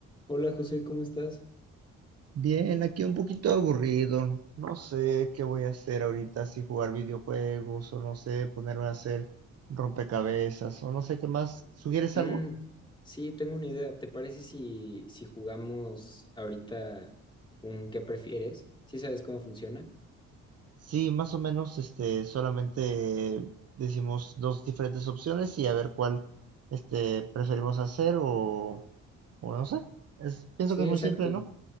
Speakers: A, on the left (about 15°); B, on the right (about 55°).
A: Hola José, ¿cómo estás?
B: Bien, aquí un poquito aburrido. No sé qué voy a hacer ahorita, si jugar videojuegos o no sé, ponerme a hacer rompecabezas o no sé qué más. ¿Sugieres
A: Mm,
B: algo?
A: sí, tengo una idea. ¿Te parece si, si jugamos ahorita un qué prefieres? ¿Sí sabes cómo funciona?
B: Sí, más o menos, este, solamente decimos dos diferentes opciones y a ver cuál, este, preferimos hacer o, o no sé. Es, pienso
A: Sí,
B: que es
A: exacto.
B: muy simple, ¿no?